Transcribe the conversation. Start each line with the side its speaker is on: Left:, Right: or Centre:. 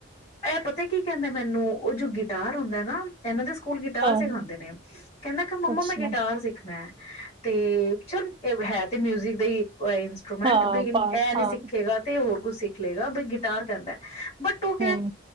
Left: ਇਹ ਪਤਾ ਕੀ ਕਹਿੰਦਾ ਮੈਨੂੰ ਉਹ ਜੋ ਗਿਟਾਰ ਹੁੰਦਾ ਨਾ ਇਹਨਾਂ ਦੇ ਸ ਸਕੂਲ ਗਿਟਾਰ
Right: ਹਾਂ-ਹਾਂ,
Left: ਸਿਖਾਉਂਦੇ ਨੇ, ਕਹਿੰਦਾ ਕਿ ਮੰਮਾ
Right: ਅੱਛਾ
Left: ਮੈਂ ਗਿਟਾਰ ਸਿੱਖਣਾ ਹੈ। ਤੇ ਚੱਲ ਇਹ ਹੈ, ਤੇ ਮਿਊਜਿਕ ਦਾ ਹੀ ਉਹ ਇੰਸਟਰੂਮੈਂਟ
Right: ਹਾਂ
Left: ਵੀ ਇਹ
Right: ਪਾਠ
Left: ਨੀ
Right: ਹਾਂ,
Left: ਸਿੱਖੇਗਾ ਤੇ ਹੋਰ ਕੁਛ ਸਿੱਖ ਲਏਗਾ ਬ ਗ <unintelligible> ਤਿਆਰ ਕਰਨਾ, ਬਟ ਉਹ
Right: ਹਮ